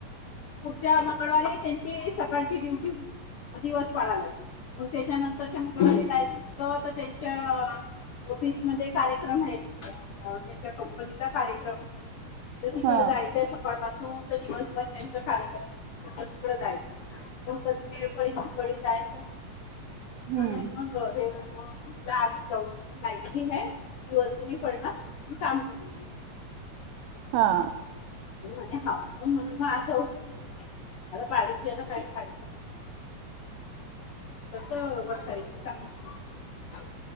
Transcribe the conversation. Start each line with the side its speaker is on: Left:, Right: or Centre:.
Left: च्या मंगळवारी त्यांची सकाळची ड्युटी होती मग दिवस पाडय लागल म त्याच्या नंतरच्या मुमध्ये जायचं आता त्यांच्या ऑफिस मध्ये कार्यक्रम आहेत त्यांच्या कप्पलीचा कार्यक्रम तर तिकड
Right: हा
Left: जायचंय स दिवसभर त्यांचा कार्यक्रम आहे त तिकड जायचं मग कधी मेळकळीकळी जायचं
Right: हम्म.
Left: म्हणून मग हे आज प्रॉब्लेम लाली दिवसी नाही पडणार काम होऊन जाईल.
Right: हा.
Left: म्हण म्हणे म्हा,, म्हणून मग आज उूने आता पाणी आता काम पा. कस वता चांगली का?